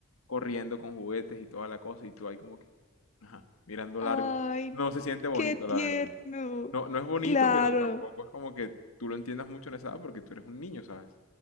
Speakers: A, on the left; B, on the left.
A: corriendo con juguetes y toda la cosa y tú ahí como que, ajá, mirando
B: Ay,
A: largo. No se siente bonito,
B: qué tierno.
A: la verdad. No, no es bonito,
B: Claro.
A: pero tampoco es como que tú lo entiendas mucho en esa edad porque tú eres un niño, ¿sabes?